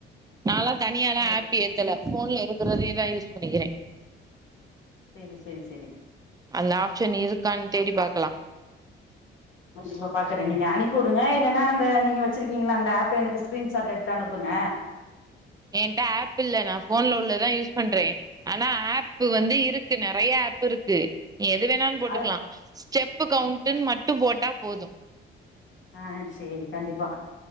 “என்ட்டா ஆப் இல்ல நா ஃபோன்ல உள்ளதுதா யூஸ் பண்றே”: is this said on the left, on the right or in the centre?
Right